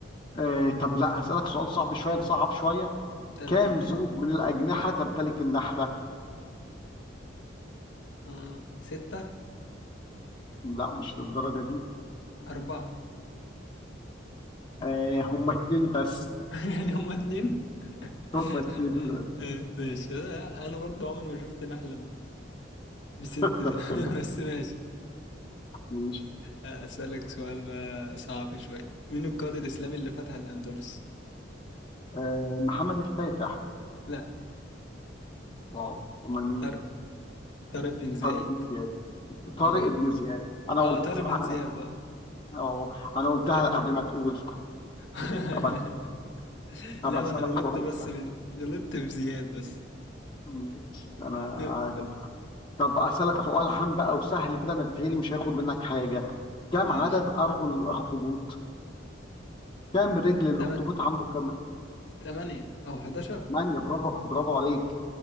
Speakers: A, on the left (about 25°); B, on the left (about 70°).
A: آه، طب لا هسألك سؤال صعب شوية نصعب شوية
B: تمام
A: كام
B: ماشي
A: زوج من الأجنحة تمتلك النحلة؟
B: آه ستة
A: لا مش للدرجة دي
B: أربعة
A: آه، هما اتنين بس
B: <laughs> يعني هما اتنين
A: هما
B: <laughs>
A: اتنين بس
B: آه، ماشي آه، انا برضو عمري ما شفت نحلة بست
A: <laughs> طب تمام
B: <laughs> بس ماشي
A: ماشي
B: أسألك سؤال بقى صعب شوية مين القائد الإسلامي اللي فتح الأندلس؟
A: آه، محمد الفاتح
B: لا
A: واو امال مين
B: طارق طارق بن زايد
A: طارق بن زياد طارق
B: اه
A: بن زياد انا
B: اه
A: قلت
B: طارق
A: انا
B: بن زياد اه
A: اه انا قلتها قبل ما تقول
B: <laughs>
A: طب أس- طب
B: لا
A: اسالك
B: ما أنا غلطت
A: سؤال
B: بس
A: سهل
B: في... غلطت في زياد بس
A: مش- انا
B: <laughs>
A: أنا كنت طب اسالك سؤال عام بقى وسهل كده انا بتهيألي مش هياخد منك حاجه كم
B: ماشي
A: عدد ارجل الاخطبوط كم رجل الاخطبوط
B: تم...
A: عنده كم
B: تمانية أو حداشر
A: ثمانية برافو برافو عليك